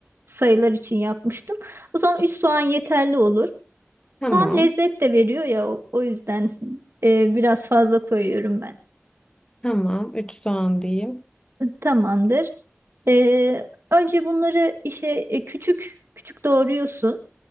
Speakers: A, on the right; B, on the left.
A: sayılar için yapmıştım. O zaman 3 soğan yeterli olur. Soğan
B: Tamam.
A: lezzet de veriyor ya o, o yüzden e, biraz fazla koyuyorum ben.
B: Tamam. Üç soğan diyeyim.
A: Tamamdır. E, önce bunları işte e, küçük küçük doğruyorsun.